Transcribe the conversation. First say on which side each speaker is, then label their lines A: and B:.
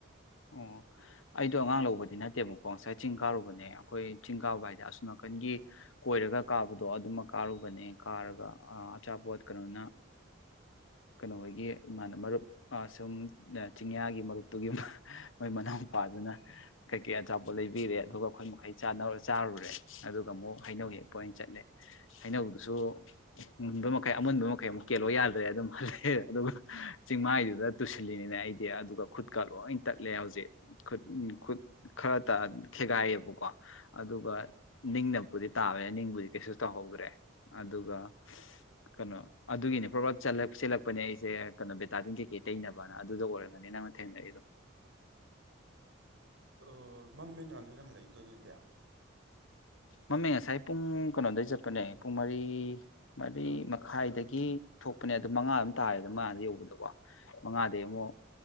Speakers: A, on the left (about 70°); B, on the right (about 65°).
A: ꯑꯣ ꯑꯩꯗꯣ ꯑꯉꯥꯡ ꯂꯧꯕꯗꯤ ꯅꯠꯇꯦꯕꯀꯣ ꯉꯁꯥꯏ ꯆꯤꯡ ꯀꯥꯔꯨꯕꯅꯦ ꯑꯩꯈꯣꯏ ꯆꯤꯡ ꯀꯥꯕ ꯍꯥꯏꯗꯤ ꯑꯁꯣ ꯅꯥꯀꯟꯒꯤ ꯀꯣꯏꯔꯒ ꯀꯥꯕꯗꯣ ꯑꯗꯨꯃꯛ ꯀꯥꯔꯨꯕꯅꯦ ꯀꯥꯔꯒ ꯑꯆꯥꯄꯣꯠ ꯀꯩꯅꯣꯅ ꯀꯩꯅꯣ ꯍꯣꯏꯒꯤ ꯏꯃꯥꯅ ꯃꯔꯨꯞ ꯁꯨꯝ ꯆꯤꯡꯌꯥꯒꯤ ꯃꯔꯨꯞꯇꯨꯒꯤ ꯃꯣꯏ ꯃꯅꯥꯎ ꯃꯄꯥꯗꯨꯅ ꯀꯩꯀꯩ ꯑꯆꯥꯄꯣꯠ ꯂꯩꯕꯤꯔꯦ ꯑꯗꯨꯒ ꯑꯩꯈꯣꯏ ꯃꯈꯩ ꯆꯥꯔꯨꯔꯦ ꯑꯗꯨꯒ ꯑꯃꯨꯛ ꯍꯩꯅꯧ ꯍꯦꯛꯄ ꯑꯣꯏꯅ ꯆꯠꯂꯦ ꯍꯩꯅꯧꯗꯨꯁꯨ ꯃꯨꯟꯕ ꯃꯈꯩ ꯑꯃꯨꯟꯕ ꯃꯈꯩ ꯑꯃꯨꯛ ꯀꯦꯜꯂꯣ ꯌꯥꯗ꯭ꯔꯦ ꯑꯗꯨꯝ ꯍꯜꯂꯦ ꯑꯗꯨꯒ ꯆꯤꯡꯃꯥꯏꯗꯨꯗ ꯇꯨꯁꯤꯜꯂꯤꯅꯤꯅꯦ ꯑꯩꯗꯤ ꯑꯗꯨꯒ ꯈꯨꯠꯀ ꯂꯣꯏ ꯇꯠꯂꯦ ꯍꯧꯖꯤꯛ ꯈꯨꯠ ꯈꯨꯠ ꯈꯔꯇ ꯈꯦꯒꯥꯏꯌꯦꯕꯀꯣ ꯑꯗꯨꯒ ꯅꯤꯡꯅꯕꯕꯨꯗꯤ ꯇꯥꯕꯅ ꯅꯤꯡꯕꯨꯗꯤ ꯀꯩꯁꯨ ꯇꯧꯍꯧꯗ꯭ꯔꯦ ꯑꯗꯨꯒ ꯀꯩꯅꯣ ꯑꯗꯨꯒꯤꯅꯤ ꯄ꯭ꯔꯣꯕꯞ ꯆꯦꯜꯂꯛꯄꯅꯦ ꯑꯩꯁꯦ ꯀꯩꯅꯣ ꯕꯦꯇꯥꯇꯤꯟ ꯀꯩꯀꯩ ꯇꯩꯅꯕꯅ ꯑꯗꯨꯗ ꯑꯣꯏꯔꯒꯅꯤ ꯅꯪꯅ ꯊꯦꯡꯅꯔꯤꯗꯣ
B: ꯑꯣ ꯃꯃꯦꯅ ꯅꯣꯏꯅ ꯍꯜꯂꯛꯏꯗꯗꯨꯗꯤ
A: ꯃꯃꯤꯡ ꯉꯁꯥꯏ ꯄꯨꯡ ꯀꯩꯅꯣꯗꯒꯤꯩ ꯆꯠꯄꯅꯦ ꯄꯨꯡ ꯃꯔꯤ ꯃꯔꯤ ꯃꯈꯥꯏꯗꯒꯤ ꯊꯣꯛꯄꯅꯦ ꯑꯗꯨ ꯃꯉꯥ ꯑꯗꯨꯝ ꯇꯥꯔꯦꯗ ꯃꯉꯥꯗ ꯌꯧꯕꯗꯀꯣ ꯃꯉꯥꯗꯒꯤꯩ ꯑꯃꯨꯛ